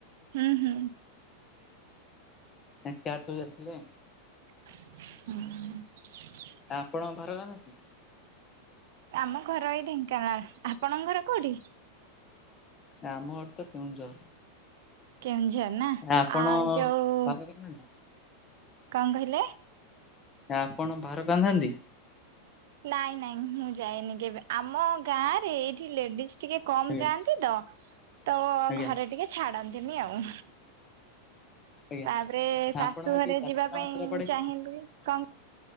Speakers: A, on the right; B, on the left.
A: ହୁଁ ହୁଁ।
B: ସୁ <unintelligible> ଯାଇଥିଲେେ
A: ହୁଁ।
B: ଆପଣ <unintelligible>
A: ଆମ ଘର ଏଇ ଢେଙ୍କାନାଳ ଆପଣଙ୍କ ଘର କୋଉଠି?
B: ନା ଆମ ଘର ତ କେଉୁଝର।
A: କେଉଁଝର ନା
B: ଆପଣ
A: ଆଉ ଯୋଉ
B: ଭାର କାନ୍ଧନ୍ତି
A: କଣ କହିଲେ?
B: ଆପଣ ଭାର କାନ୍ଧାନ୍ତି?
A: ନାଇଁ ନାଇଁ ମୁଁ ଯାଏନି କେବେ ଆମ ଗାଁ ରେ ଏଇଠି ଲେଡିଜ ଟିକେ କମ
B: ଆଜ୍ଞା
A: ଯାଆନ୍ତି ତ ତ
B: ଆଜ୍ଞା
A: ଘରେ ଟିକେ ଛାଡନ୍ତିନି ଆଉ।
B: ଆଜ୍ଞା
A: ତାପରେ ଶାଶୁ
B: ଆପଣଙ୍କ
A: ଘରେ
B: କି ଯାତ୍ରା
A: ଯିବା ପାଇଁ
B: ମାତ୍ରା ପଡେ କିଛି?
A: ଚାହିଁବ କଣ